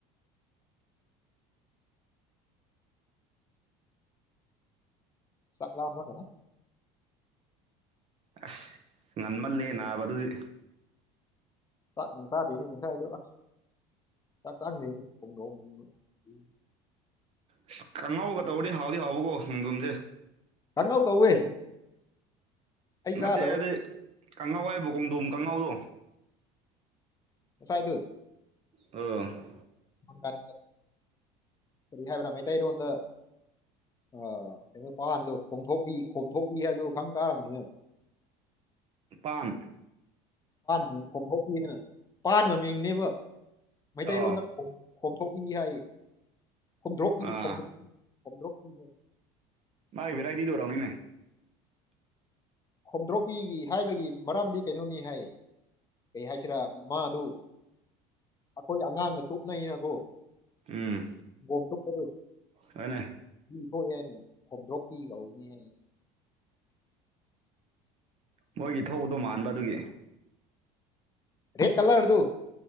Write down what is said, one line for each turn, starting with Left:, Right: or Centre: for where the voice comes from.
Left: ꯆꯠꯂꯝ ꯀꯔ
Right: ꯑꯁ ꯉꯟꯃꯜꯂꯦ ꯅꯥꯕ ꯑꯗꯨꯗꯤ
Left: ꯆꯥꯛ ꯌꯥꯝ ꯇꯥꯗꯦꯅꯦꯁꯥꯏꯗꯣ ꯑꯁ ꯆꯥꯛ ꯆꯪꯗꯦꯅꯤ ꯍꯣꯡꯗꯣꯡ ꯎ
Right: ꯑꯁ ꯀꯥꯡꯉꯧꯒ ꯇꯧꯔꯗꯤ ꯍꯥꯎꯗꯤ ꯍꯥꯎꯕꯀꯣ ꯈꯣꯡꯗꯣꯝꯁꯦ
Left: ꯀꯪꯍꯧ ꯇꯧꯋꯦ ꯑꯩ
Right: ꯅꯠꯇꯦ
Left: ꯆꯥꯗꯕ
Right: ꯍꯥꯏꯗꯤ ꯀꯪꯉꯧ ꯍꯥꯏꯕ ꯀꯣꯡꯗꯣꯝ ꯀꯥꯡꯉꯧꯗꯣ
Left: ꯉꯥꯁꯥꯏꯗꯨ
Right: ꯑ
Left: ꯗ ꯀꯔꯤ ꯍꯥꯏꯕ꯭ꯔꯥ ꯃꯩꯇꯩꯔꯣꯟꯗ ꯑ ꯀꯩꯅꯣ ꯄꯥꯟꯗꯣ ꯈꯣꯝꯊꯣꯛꯄꯤ ꯈꯣꯝꯊꯣꯛꯄꯤ ꯍꯥꯏꯕꯗꯣ ꯈꯪ ꯇꯥꯔꯕꯅꯤꯅ
Right: ꯄꯥꯟ
Left: ꯃꯤꯡ ꯈꯣꯝꯊꯣꯛꯄꯤꯅ ꯄꯥꯟꯕ ꯃꯃꯤꯡꯅꯦꯕ ꯃꯩꯇꯩꯔꯣꯟꯗ
Right: ꯑꯣ
Left: ꯍꯣꯝꯊꯣꯛꯄꯤꯅꯤ ꯍꯥꯏ ꯈꯣꯝꯊꯣꯛꯄꯤ
Right: ꯑꯥ
Left: ꯈꯣꯝꯊꯣꯛꯄꯤꯅꯤ
Right: ꯃꯥꯏ ꯚꯦꯔꯥꯏꯇꯤꯗꯣ ꯑꯣꯏꯔꯝꯅꯤꯅꯦ
Left: ꯈꯣꯝꯊꯣꯛꯄꯤꯈꯤ ꯍꯥꯏꯕꯒꯤ ꯃꯔꯝꯗꯤ ꯀꯩꯅꯣꯅꯤ ꯍꯥꯏ ꯀꯩ ꯍꯥꯏꯁꯤꯔꯥ ꯃꯥꯗꯨ ꯑꯩꯈꯣꯏ ꯑꯉꯥꯡꯗ ꯇꯨꯞꯅꯩꯅꯀꯣ
Right: ꯎꯝ
Left: ꯝꯨ ꯀꯗꯣ
Right: ꯍꯣꯏꯅꯦ
Left: ꯄꯤ ꯊꯣꯛꯑꯦꯅꯦ ꯈꯣꯝꯗ꯭ꯔꯣꯛꯄꯤꯈꯧꯅꯦ
Right: ꯃꯣꯏꯒꯤ ꯊꯧꯕꯗꯣ ꯃꯥꯟꯕ ꯑꯗꯨꯒꯤ
Left: ꯔꯦꯠ ꯀꯂ꯭ꯔ ꯑꯗꯨ